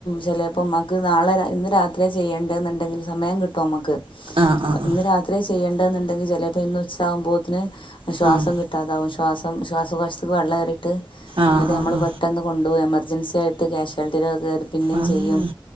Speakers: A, on the left; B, on the right.
A: ചെലേപ്പോമ്മാക്ക് നാളെ ഇന്ന് രാത്രിയ ചെയ്യേണ്ടെന്നുണ്ടെങ്കിൽ സമേം കിട്ടുവമ്മക്ക്
B: ആഹ് ആഹ്
A: ഇന്ന് രാത് ത്ര്യ ചെയ്യേണ്ടുന്നുണ്ടെങ്കിൽ ചെലപ്പോ ഇന്നുച്ചാമ്പോത്തിന് ശ്വാസം
B: ആഹ്
A: കിട്ടാതാവും ശ്വാസം ശ്വാസകോശത്ത്ക്ക് വെള്ളേറിട്ട്
B: ആഹ്
A: എന്നിട്ട്
B: ആഹ്
A: നമ്മൾ പെട്ടെന്ന് കൊണ്ട് അ എമർജൻസി ആയിട്ട് കാഷ്വാലിറ്റിലക്കേറി പിന്നെം
B: ആഹ് ആഹ്
A: ചെയ്യും